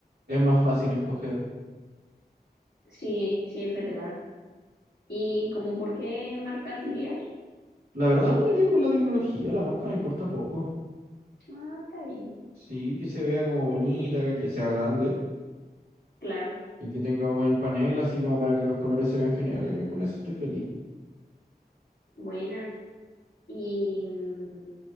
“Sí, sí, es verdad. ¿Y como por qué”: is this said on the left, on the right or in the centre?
Left